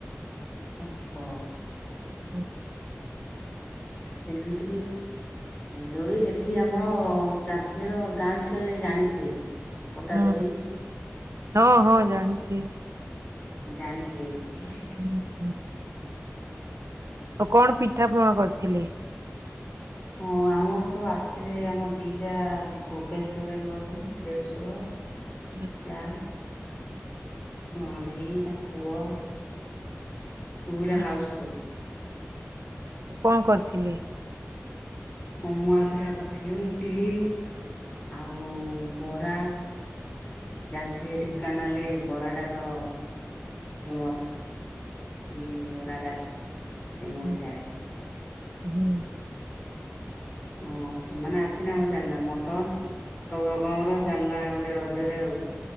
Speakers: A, on the left (about 30°); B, on the right (about 80°).
A: ଓହୋ।
B: ଉଁ।
A: ସେମିତି ବି ଏନ୍ଦୋଳି ଏଠି ଆମର ଜାଣିଥିବେ ତ ଗାଁ ବିଷୟରେ ଜାଣିଥିବେ। ପଟା
B: ହୁଁ
A: ଦୋଳି
B: ହଁ ହଁ ଜାଣିଛି।
A: ଜାଣିଥିବେ କିଛି।
B: ହୁଁ ହୁଁ। ଆଉ କଣ ପିଠା ପଣା କରିଥିଲେ?
A: ହଁ ଆମର ସବୁ ଆସିଥିଲେ ଆମ ଦି ଯା ଭୁବନେଶ୍ଵରରେ ରୁହନ୍ତି ଦେଢ଼ଶୁର।
B: ହୁଁ,
A: ଜା ଆଉ ନଣଦଦେଇ ତାଙ୍କ ପୁଅ ପୁରା
B: ହୁଁ।
A: ହାଉସଫୁଲ।
B: କଣ କରିଥିଲେ?
A: ହଁ ମୁଆ ପିଠା କରିଥିଲୁ ଇଟିଲି ଆଉ ବରା। ଜାଣିଥିବେ ଢେଙ୍କାନାଳ ବରା ଟା ତ ଫେମସ ବିରି ବରା ଟା ଫେମସ
B: ହୁଁ,
A: ଆଡ଼େ
B: ହୁଁ।
A: ଓ ସେମାନେ ଆସିନା ଆମର ଚାଲିଲା ମଟନ। ସବୁ ରକମ ର ଚାଲିଲା ଗୋଟେ ରକମ ରେ ଆଉ।